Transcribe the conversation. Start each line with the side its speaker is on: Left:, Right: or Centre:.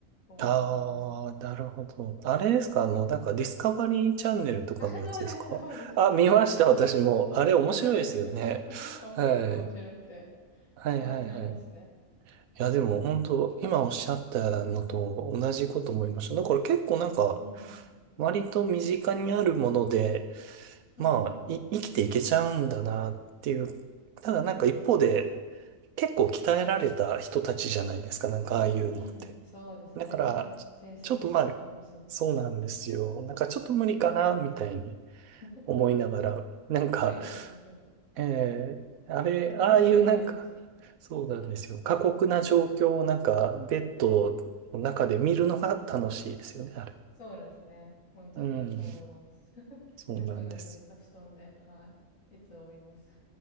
Left: 思いました。
Right: ああ、なるほど。あれですかあの、なんかディスカバリーチャンネルとかのやつですかあ、
Left: あ、そうです、そうです。
Right: 見ました、
Left: そうそう。
Right: 私も。あれ面白いですよね。
Left: 本当ですか。<laughs> あ結構面白くて、
Right: はい。はいはいはい。
Left: ハマっちゃいますね。
Right: いや、でも本当、今おっしゃったのと同じこと思いました。だから結構なんか、
Left: うんうん。
Right: 割と身近にあるもので、まあ、
Left: うんうん。
Right: い、生きていけちゃうんだなっていう。ただなんか一方で、結構鍛えられた人たちじゃないですか、なんかああいうのって。
Left: うんうん。そうですね。
Right: だから、ちちょっとまあ、
Left: 精神力とか、うん、すごい。
Right: そうなんですよ。なんかちょっと無理かな、みたいに
Left: <laughs>
Right: 思いながら、なんか、
Left: 無理ですね、ちょっと。
Right: えー、あれ、
Left: 私には無理です。
Right: ああいうなんか、そうなんですよ。過酷な状況をなんか、ベッドの中で見るのが楽しいですよね、あれ。
Left: そうですね。本当にそう思います。
Right: うん、
Left: <laughs>
Right: そうなんですよ。
Left: ぬくぬくした布団で、はい。いつも見ます。